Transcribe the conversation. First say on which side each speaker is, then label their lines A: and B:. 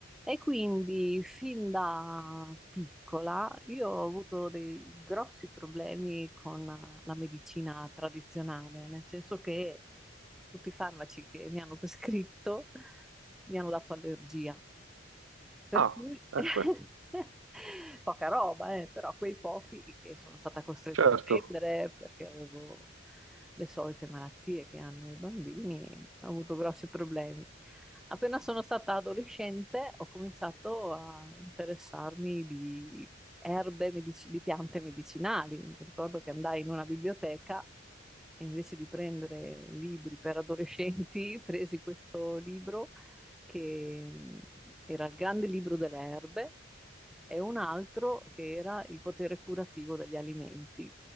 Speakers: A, in the centre; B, on the right (about 85°).
A: E quindi fin da piccola io ho avuto dei grossi problemi con la medicina tradizionale, nel senso che tutti i farmaci che mi hanno prescritto <laughs> mi hanno dato allergia. Per
B: Ah,
A: cui
B: ecco,
A: <laughs> poca roba, eh, però quei pochi che sono stata costretta
B: certo.
A: a prendere perché avevo le solite malattie che hanno i bambini, ho avuto grossi problemi. Appena sono stata adolescente ho cominciato a interessarmi di erbe, medici- di piante medicinali. Mi ricordo che andai in una biblioteca e invece di prendere libri per adolescenti, <laughs> presi questo libro che mh, era il Grande Libro delle Erbe e un altro che era Il potere curativo degli alimenti.